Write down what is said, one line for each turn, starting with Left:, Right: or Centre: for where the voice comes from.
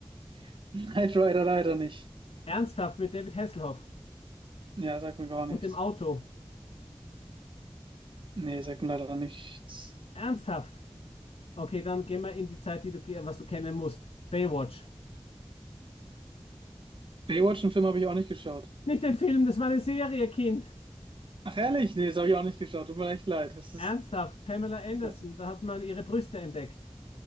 Right: <laughs> Knight Rider leider nicht.
Left: Ernsthaft mit David Hasselhoff
Right: Ja, sagt mir gar nichts.
Left: und dem Auto.
Right: Nee, sagt mir leider nichts.
Left: Ernsthaft. Okay, dann gehen wir in die Zeit, die du, ke- was du kennen musst. Baywatch.
Right: Baywatch, einen Film habe ich auch nicht geschaut.
Left: Nicht den Film, das war eine Serie, Kind.
Right: Ach ehrlich? Nee, das habe ich auch nicht geschaut. Tut mir echt leid. Das ist,
Left: Ernsthaft, Pamela Anderson,
Right: ja,
Left: da hat man ihre Brüste entdeckt.